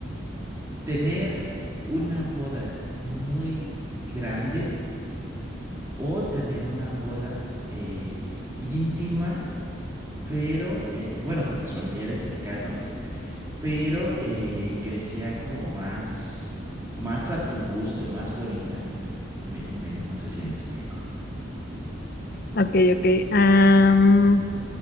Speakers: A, on the right (about 15°); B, on the left (about 50°).
A: ¿tener una boda muy grande o tener una boda eh, íntima, pero, eh, bueno, con tus familiares cercanos, pero eh, que sea como más, más a tu gusto, más bonita? Me, me, no sé si me explico.
B: Ok, ok. Am,